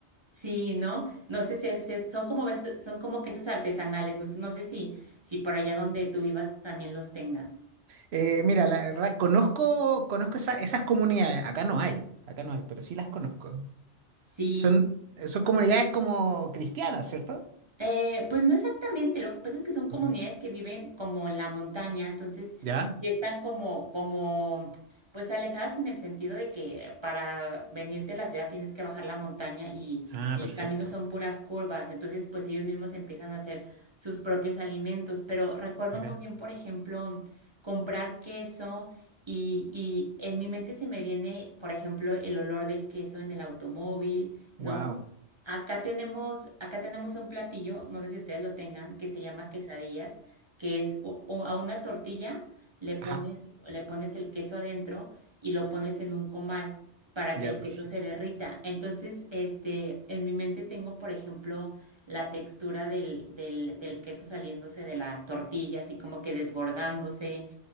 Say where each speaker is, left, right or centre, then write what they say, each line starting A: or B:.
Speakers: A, on the right; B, on the right.
A: sí, ¿no? No sé si es- son como, beso- son como quesos artesanales, no sé, no sé si, si por allá donde tú vivas también los tengan.
B: Eh, mira, la verdad, conozco, conozco esa- esas comunidades. Acá no hay, acá no hay, pero sí las conozco.
A: Sí,
B: Son, son comunidades como cristianas, ¿cierto?
A: eh, pues no exactamente, lo que pasa es que son comunidades
B: Ujú.
A: que viven como en la montaña, entonces
B: ¿Ya?
A: sí están como, como, pues alejadas en el sentido de que para venirte a la ciudad tienes que bajar la montaña y
B: Ah,
A: el
B: perfecto.
A: camino son puras curvas, entonces pues ellos mismos empiezan a hacer sus propios alimentos, pero recuerdo
B: Mira.
A: muy bien, por ejemplo, comprar queso y, y en mi mente se me viene, por ejemplo, el olor del queso en el automóvil, ¿no?
B: Wow.
A: Acá tenemos, acá tenemos un platillo, no sé si ustedes lo tengan, que se llama quesadillas, que es o- o a una tortilla le pones,
B: Ajá.
A: le pones el queso adentro y lo pones en un comal para
B: Ya,
A: que el
B: perfecto.
A: queso se derrita. Entonces, este, en mi mente tengo, por ejemplo, la textura del, del, del queso saliéndose de la tortilla, así como que desbordándose,